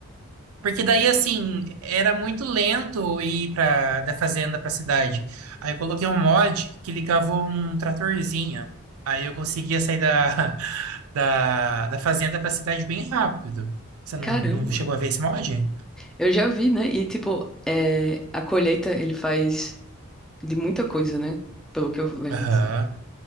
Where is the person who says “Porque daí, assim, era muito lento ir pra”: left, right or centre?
Right